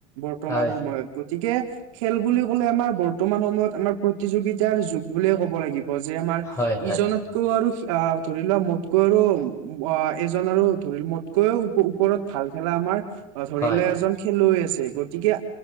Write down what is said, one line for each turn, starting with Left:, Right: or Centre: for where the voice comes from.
Right: বৰ্তমান
Left: হয়
Right: সময়ত গ গতিকে খেল বুলিবলৈ আমাৰ বৰ্তমান সময়ত আমাৰ প্ৰতিযোগিতাৰ যুগ বুলিয়ে ক'ব লাগিব যে আমাৰ
Left: হয় হয়
Right: ইজনতকৈ আৰু। আ ধৰি লোৱা মোতকৈ আৰু আ এজন আৰু ধৰি মোতকৈও ওপ-ওপৰত। ভাল খেলা আমাৰ ধৰি
Left: হয়
Right: লোৱা এজন খেলুৱৈ আছে গতিকে।